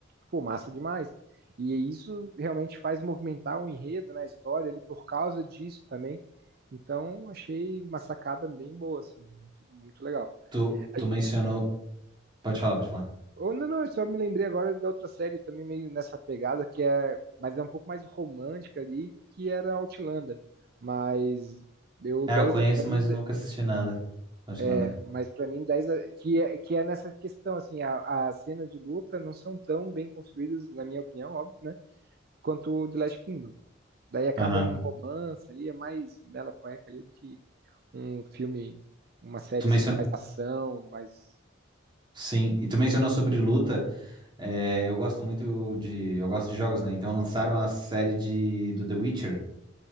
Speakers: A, on the right; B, on the right.
A: pô, massa demais. E isso realmente faz movimentar o enredo, né, a história ali por causa disso também. Então, achei uma sacada bem boa, assim, muito, muito legal.
B: Tu,
A: A
B: tu
A: gen-
B: mencionou. Pode falar, pode falar.
A: ou não, não, eu só me lembrei agora da outra série também meio nessa pegada, que é, mas é um pouco mais romântica ali, que era Outlander. Mas eu
B: Ah,
A: dez
B: eu conheço,
A: a- pra mim,
B: mas nunca assisti nada. Outlander.
A: é, mas para mim dez a- que é, que é nessa questão assim, a- as cenas de luta não são tão bem construídas, na minha opinião, óbvio, né? Quanto o The Last Kingdom. Daí acaba
B: Aham.
A: um romance ali, é mais mela cueca ali do que um filme, uma série
B: Tu mencionou.
A: assim, mais ação, mais.
B: Sim, e tu mencionou sobre luta. É, eu gosto muito de. Eu gosto de jogos, né? Então lançaram a série de do The Witcher.